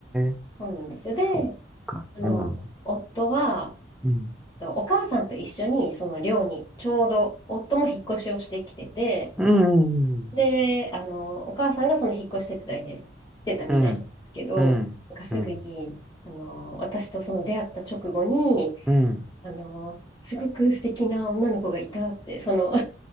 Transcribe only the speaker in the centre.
え
そっか。
うん。
うん。
うん。
うん。うん。
うん。
うん。